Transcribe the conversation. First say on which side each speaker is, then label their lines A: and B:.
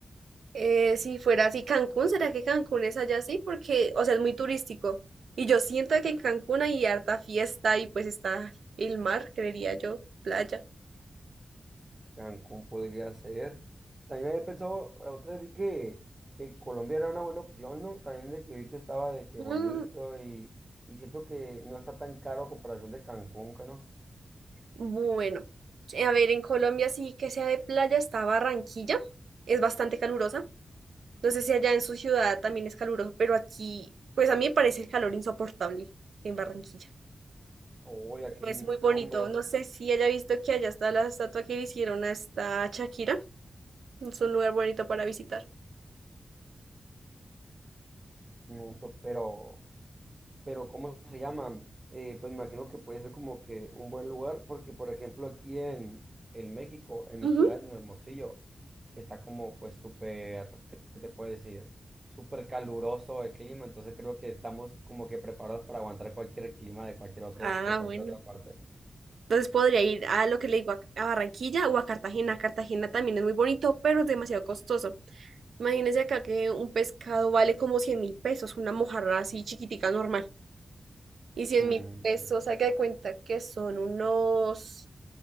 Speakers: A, on the right; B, on the right.
A: eh, si fuera así Cancún, ¿será que Cancún es allá así? Porque, o sea, es muy turístico. Y yo siento que en Cancún hay harta fiesta y pues está el mar, creería yo, playa.
B: Cancún podría ser. También había pensado, la otra vez vi que, que Colombia era una buena opción, ¿no? También de que vi que estaba de que
A: Mm,
B: bonito y, y siento que no está tan caro a comparación de Cancún, que ¿no?
A: bueno, eh, a ver, en Colombia sí que sea de playa está Barranquilla. Es bastante calurosa. No sé si allá en su ciudad también es caluroso, pero aquí, pues a mí me parece el calor insoportable en Barranquilla.
B: Hoy aquí,
A: Es
B: no,
A: muy bonito.
B: hombre,
A: No sé si haya visto que allá está la estatua que le hicieron a esta Shakira. Es un lugar bonito para visitar.
B: no, esto, pero... pero ¿cómo se llama? Eh, pues me imagino que puede ser como que un buen lugar, porque por ejemplo aquí en, en México, en
A: Ujú.
B: mi ciudad, en Hermosillo, está como pues súper, ¿qué te puedo decir? Súper caluroso el clima, entonces creo que estamos como que preparados para aguantar cualquier clima de cualquier otro,
A: Ah,
B: de cualquier
A: bueno.
B: otra parte.
A: Entonces podría ir a lo que le digo, a, a Barranquilla o a Cartagena. Cartagena también es muy bonito, pero es demasiado costoso. Imagínense acá que un pescado vale como cien mil pesos, una mojarra así chiquitica normal. Y cien
B: Mm.
A: mil pesos, haga de cuenta que son unos...